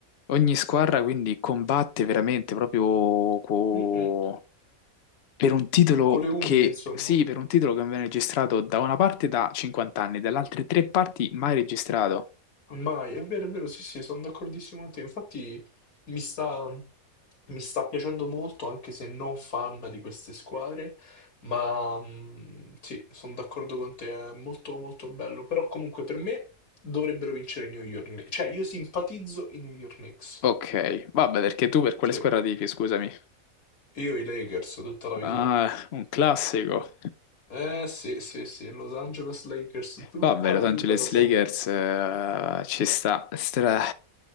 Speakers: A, on the left (about 60°); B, on the left (about 80°).
A: ogni squadra quindi combatte veramente proprio co-
B: Mm, mm.
A: per un titolo
B: Con le unghie,
A: che,
B: insomma.
A: sì, per un titolo che non viene registrato da una parte da 50 anni, dalle altre tre parti mai registrato.
B: Mai, è vero, è vero, sì, sì, sono d'accordissimo con te. Infatti mi sta, mi sta piacendo molto, anche se non fan di queste squadre, ma mm, sì, sono d'accordo con te, è molto molto bello. Però comunque per me dovrebbero vincere i New York Knicks. Cioè, io simpatizzo i New York Knicks.
A: Ok, vabbè, perché tu per quale
B: Sì,
A: squadra tifi, scusami?
B: io i Lakers tutta la
A: Ah,
B: vita.
A: un classico.
B: Eh sì, sì, sì, Los Angeles Lakers tutta
A: Vabbè, Los
B: la
A: Angeles
B: vita, da sempre.
A: Lakers eh, ci sta. Stra-